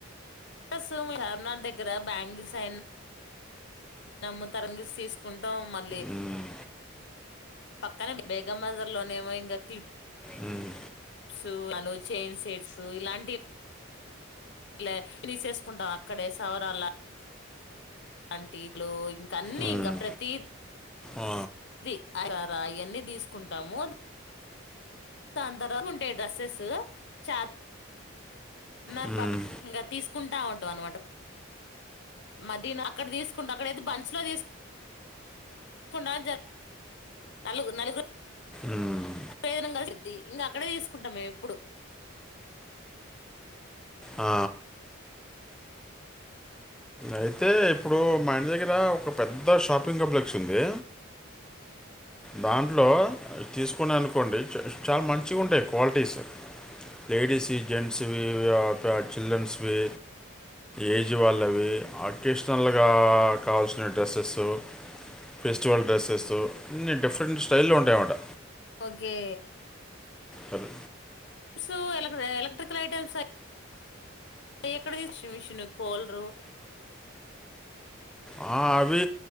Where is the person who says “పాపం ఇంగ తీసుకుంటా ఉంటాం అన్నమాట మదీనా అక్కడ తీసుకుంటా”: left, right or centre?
Left